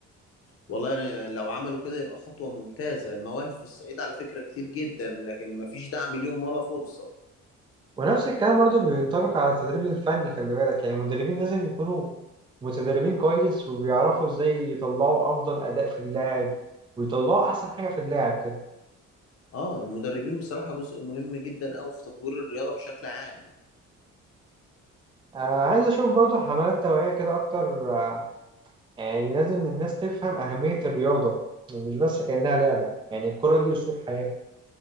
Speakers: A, on the left; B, on the right.
A: والله يعني لو عملوا كده يبقى خطوة ممتازة المواهب في الصعيد على فكرة كتير جدا لكن مفيش دعم ليهم ولا فرصة
B: ونفس الكلام برضه بينطبق على التدريب الفني خلي بالك يعني المدربين لازم يكونوا متدربين كويس وبيعرفوا ازاي يطلعوا افضل اداء في اللاعب ويطلعوا احسن حاجه في اللاعب كده
A: اه المدربين بصراحة جزء مهم جدا أوي في تطوير الرياضة بشكل عام
B: آه عايز اشوف برضه حملات توعيه كده اكتر آه، يعني لازم الناس تفهم اهميه الرياضه مش بس كانها لعبه يعني الكره دي اسلوب حياه